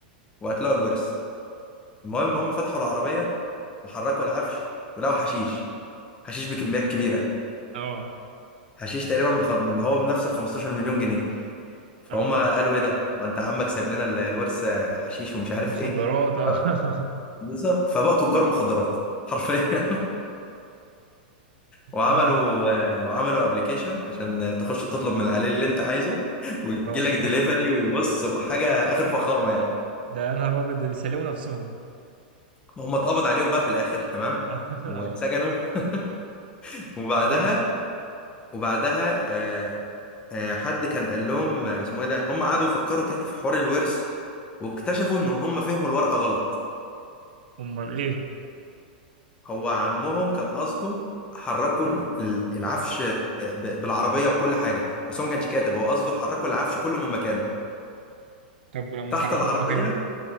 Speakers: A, on the left (about 20°); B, on the right (about 80°).
A: وهتلاقوا الورث المهم هم فتحوا العربية وحركوا العفش ولقوا حشيش حشيش بكميات كبيرة
B: اه
A: حشيش تقريبا بخ... هو بنفس ال 15 مليون جنيه فهم
B: اه
A: قالوا ايه ده وانت عمك سايب لنا ال- الورث حشيش ومش عارف
B: مخدرات
A: ايه
B: اه
A: آه،
B: <laughs>
A: بالظبط فبقوا تجار مخدرات حرفيا وعملوا
B: اه
A: آه، وعملوا ابلكيشن عشان تخش تطلب من عليه اللي انت عايزه <laughs> ويجي
B: اه
A: لك ديليفري وبص وحاجه اخر فخامه يعني
B: ده يا نهار ابيض ده بيسلموا نفسهم
A: هم اتقبض عليهم بقى في الاخر تمام
B: <laughs> اه آه.
A: واتسجنوا <laughs> وبعدها
B: طبيعي يعني
A: وبعدها آه، آه، حد كان قال لهم آه، اسمه ايه ده هم قعدوا يفكروا تاني في حوار الورث واكتشفوا ان هم فهموا الورقه غلط
B: امال ايه
A: هو عمهم كان قصده حركوا ال- ال- العفش آه، ب- بالعربيه وكل حاجه بس هو ما كانش كاتب هو قصده حركوا العفش كله من مكانه
B: طب ولما
A: تحت
B: حركوه
A: العربيه
B: من مكانه